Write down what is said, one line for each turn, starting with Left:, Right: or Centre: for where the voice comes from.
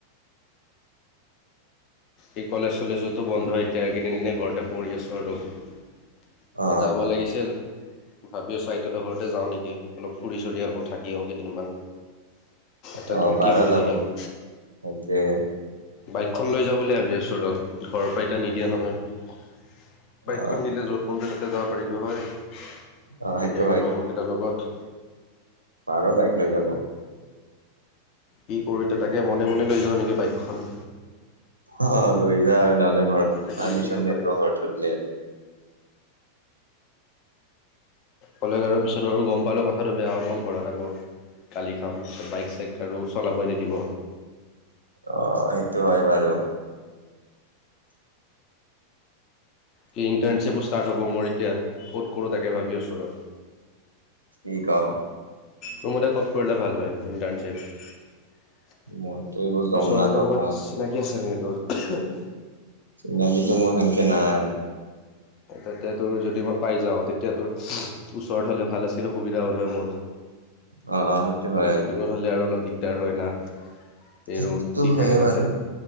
Left: এই কলেজ চলেজতো বন্ধ হয়, এতিয়া এইকেইদিন এনেই ঘৰতে পঢ়ি আছোঁ আৰু। ক'ৰবাত
Right: অ
Left: যাব লাগিছিল, ভাবি আছো আইতা বা ঘৰতে যাওঁ নিকি অলপ। ফুৰি চোৰি আহোঁ, থাকি আহো কেইদিনমান। এতে
Right: অ
Left: ধৰ
Right: পাৰা
Left: কি কৰি
Right: যাব
Left: থাকিম।
Right: সেইটোৱে
Left: বাইকখন লৈ যাওঁ বুলি ভাবি আছো ৰ, ঘৰৰ পৰা এতিয়া নিদিয়ে নহয়। বাইকখন
Right: অ
Left: নিলে যত মনজাই তাতে যাব পাৰিলো হয়। ধুনীয়াকে
Right: অ সেইটো
Left: লগৰকেইটাৰ লগত।
Right: নোৱাৰ বাইক লৈ যাব।
Left: কি কৰোঁ এতিয়া তাকে মনে মনে লৈ যাওঁ নিকি বাইকখন।
Right: অ লৈজা, নহলে ঘৰত
Left: তাতে ঘূৰি
Right: পাৰ্মিচন
Left: থাকিব
Right: নিদিব
Left: পাৰিম
Right: ঘৰত সুধিলে আৰু।
Left: ক'লে আৰু পিছত আৰু গম পালে কথাটো বেয়া হ'ব, ঘৰত আকৌ গালি খাম, পিছত বাইক চাইক আৰু চলাবই নিদিব
Right: অ সেইটো হয় বাৰু। <unintelligible>
Left: কি ইণ্টাৰ্ণশ্বিপো ষ্টাৰ্ট হ'ব মোৰ এতিয়া, ক'ত কৰোঁ তাকে ভাবি আছোঁ ৰ।
Right: ষ্টিকাও
Left: তোৰ মতে ক'ত কৰিলে ভাল হয় ইণ্টাৰ্ণশ্বিপ?
Right: মইতো এইবোৰ গম
Left: ওচৰতে
Right: নাপাওঁ
Left: কৰ'বাত
Right: ভাই
Left: চিনাকি আছে নি তোৰ?
Right: চিনাকিতো মোৰ সেনকে নাই
Left: তেতিয়া তোৰ তা যদি মই পাই যাও, তেতিয়া তোৰ ওচৰত হলে ভাল আছিল সুবিধা হলে মোৰ।
Right: অ', অ', সেইটো হয়
Left: বেছি দূৰত হ'লে আৰু অলপ দিগদাৰ হয় না।
Right: সেইটোতো
Left: এ ৰদ দি
Right: হয়ে
Left: থাকে তাতে
Right: বাৰু